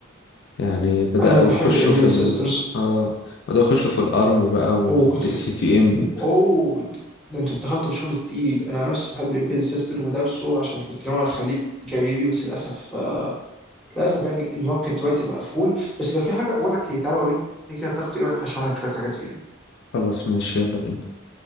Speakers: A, on the left; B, in the centre.
A: يعني بدأوا
B: انا بحب
A: يخشوا
B: الامبيدد
A: في
B: سيستمز
A: ال اه بدأوا يخشوا في الارم بقى والسي
B: وكوتن
A: تي ام
B: اوه ده انت دخلت في الشغل التقيل انا عن نفسي بحب الامبيدد سيستم ودرسه عشان كنت ناوي اخليه كبيبي بس للاسف للاسف يعني الماركت دلوقتي مقفول بس لو في حاجه بقول لك إيه، تعالى وريني كده بتاخد ايه وانا هشرح لك شويه حاجات فيها
A: خلاص ماشي يلا بينا